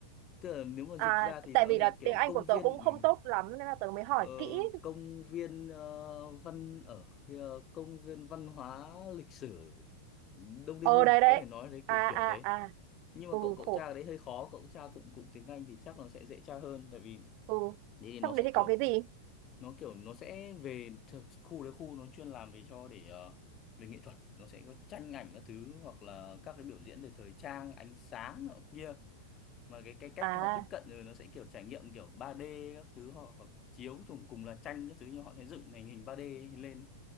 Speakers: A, on the left; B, on the right.
A: tức là nếu mà
B: À
A: dịch ra thì
B: tại
A: nó
B: vì
A: sẽ
B: là
A: là kiểu
B: tiếng Anh
A: công
B: của
A: viên
B: tớ cũng không
A: ừ,
B: tốt lắm nên là tớ mới hỏi
A: ờ,
B: kỹ.
A: công viên ờ, văn ở ờ, công viên văn hóa lịch sử Đông Daemun
B: Ờ đây đấy.
A: có thể nói đấy
B: À
A: kiểu kiểu
B: à
A: thế
B: à.
A: nhưng
B: Ừ
A: mà cậu cậu
B: khổ.
A: tra cái đấy hơi khó cụm tra cụm cụm tiếng Anh thì chắc nó sẽ dễ tra hơn tại vì
B: Ừ.
A: thế thì nó
B: Trong
A: sẽ
B: đấy
A: kiểu
B: thì có cái gì?
A: nó kiểu nó sẽ về th- khu đấy khu nó chuyên làm về cho để ờ, về nghệ thuật nó sẽ có tranh ảnh các thứ hoặc là các cái biểu diễn về thời trang ánh sáng nọ kia mà cái cái cách
B: À
A: họ tiếp cận rồi nó sẽ kiểu trải nghiệm kiểu ba d các thứ hoặc, hoặc chiếu trùng cùng là tranh các thứ nhưng họ sẽ dựng thành hình ba d lên